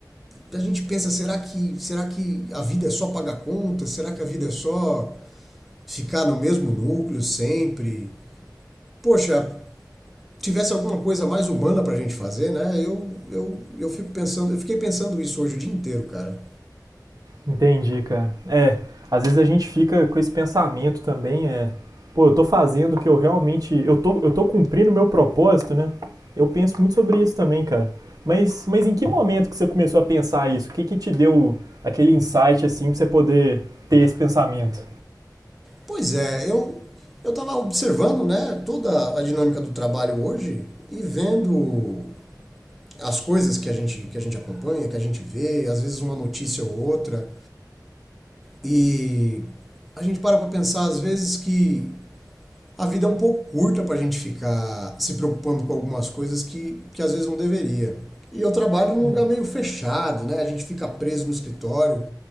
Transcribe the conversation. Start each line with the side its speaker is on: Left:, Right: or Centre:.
Centre: a gente pensa, será que, será que a vida é só pagar conta? Será que a vida é só ficar no mesmo núcleo sempre? Poxa, tivesse alguma coisa mais humana pra gente fazer, né? Eu, eu, eu fico pensando, eu fiquei pensando isso hoje o dia inteiro, cara.
Right: Entendi, cara. É, às vezes a gente fica com esse pensamento também, é, pô, eu tô fazendo o que eu realmente, eu tô, eu tô cumprindo o meu propósito, né? Eu penso muito sobre isso também, cara. Mas, mas em que momento que você começou a pensar isso? O que que te deu aquele insight assim pra você poder ter esse pensamento?
Centre: Pois é, eu eu estava observando, né, toda a dinâmica do trabalho hoje e vendo as coisas que a gente que a gente acompanha, que a gente vê, às vezes uma notícia ou outra e a gente para para pensar às vezes que a vida é um pouco curta para a gente ficar se preocupando com algumas coisas que, que às vezes não deveria. E eu trabalho num
Right: Hum.
Centre: lugar meio fechado, né? A gente fica preso no escritório.